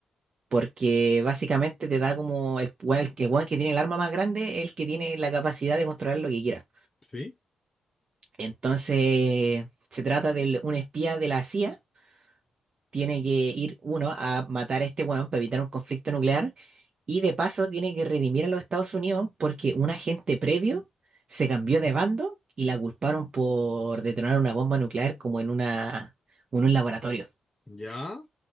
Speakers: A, on the right; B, on the left.
A: Porque básicamente te da como el, weón- el, weón que tiene el arma más grande, el que tiene la capacidad de controlar lo que quiera.
B: ¿Sí?
A: Entonces se trata de un espía de la CIA tiene que ir uno a matar a este weón para evitar un conflicto nuclear y de paso tiene que redimir a los Estados Unidos porque un agente previo se cambió
B: Ujú.
A: de bando y la culparon por detonar una bomba nuclear como en una, en un laboratorio.
B: Ya,